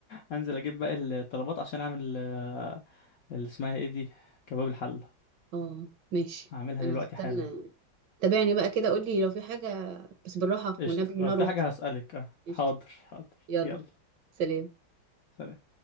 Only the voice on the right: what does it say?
اه ماشي
انا
هستنى
تابعني بقى كده قولي لو في حاجه بس بالراحه
والنبي
نار
واطيه
قشطة.
يلا
سلام